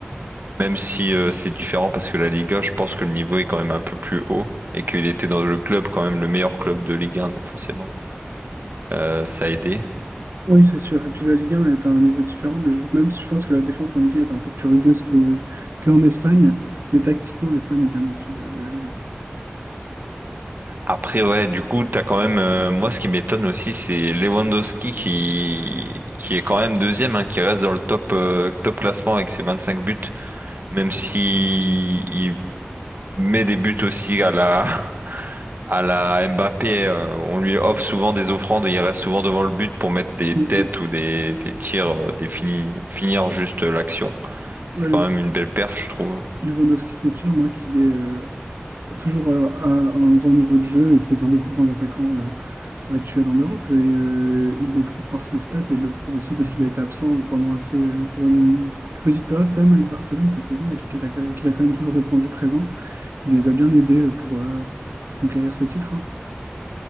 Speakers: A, on the right; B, on the right.
A: même si euh, c'est différent parce que la Ligue 1, je pense que le niveau est quand même un peu plus haut et qu'il était dans le club, quand même le meilleur club de Ligue 1, donc forcément, euh, ça a aidé.
B: Oui, c'est sûr. Et puis la Ligue 1 est à un niveau différent, mais je- même si je pense que la défense en Ligue 1 est un peu plus rigueuse que, qu'en Espagne, mais tactiquement, l'Espagne est bien au-dessus de, de la Ligue 1.
A: Après, ouais, du coup, t'as quand même, euh, moi, ce qui m'étonne aussi, c'est Lewandowski qui, qui est quand même deuxième, hein, qui reste dans le top, euh, top classement avec ses 25 buts, même si il met des buts aussi à la, À la Mbappé, euh, on lui offre souvent des offrandes, et il reste souvent devant le but pour mettre des
B: Mm, mm.
A: têtes ou des, des tirs, euh, des fini- finir juste euh, l'action. C'est
B: Ouais,
A: quand
B: Lew-
A: même une belle perf, je trouve.
B: Lewandowski confirme hein, qu'il est euh, toujours à, à un grand niveau de jeu et que c'est un des plus grands attaquants euh, actuels en Europe. Et euh, il le prouve par ses stats et il le prouve aussi parce qu'il a été absent pendant assez, euh, pendant une plus petite période quand même avec Barcelone cette saison et qu'il a, qu'il a quand même toujours répondu présent. Il les a bien aidés euh, pour, euh, pour conquérir ce titre. hein.